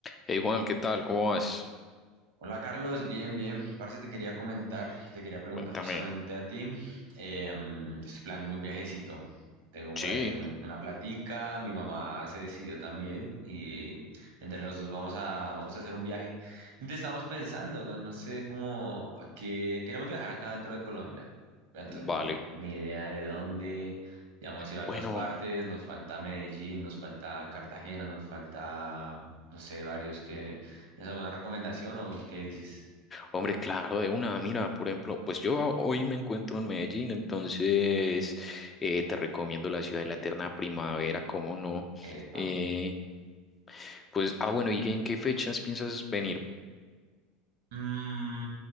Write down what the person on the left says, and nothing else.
Hey Juan, ¿qué tal? ¿Cómo vas?
Cuéntame.
Sí,
vale.
Bueno,
hombre, claro, de una. Mira, por ejemplo, pues yo hoy me encuentro en Medellín, entonces eh, te recomiendo la ciudad de la eterna primavera, ¿cómo no?
Eh, pues, ah, bueno, ¿y en qué fechas piensas venir?